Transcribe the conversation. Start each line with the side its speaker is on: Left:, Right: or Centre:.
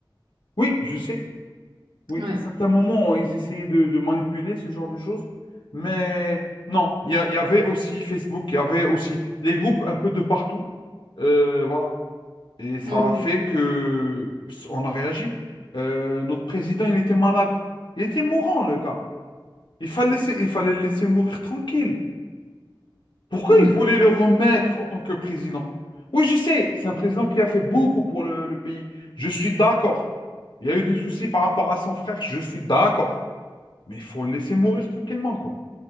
Left: Oui, je sais. Oui,
Right: Ouais.
Left: à certains moments, ils essayaient de, de manipuler ce genre de choses. Mais non, il y, a- il y avait aussi Facebook, il y avait aussi les groupes un peu de partout. Euh, voilà. Et ça
Right: Ouais, ouais.
Left: a fait que on a réagi. Euh, notre président, il était malade. Il était mourant, le gars. Il fallait laisser, il fallait le laisser mourir tranquille. Pourquoi
Right: Ouais.
Left: il voulait le remettre en tant que président? Oui, je sais, c'est un président qui a fait beaucoup pour le le pays. Je suis d'accord. Il y a eu des soucis par rapport à son frère, je suis d'accord. Mais il faut le laisser mourir tranquillement, quoi.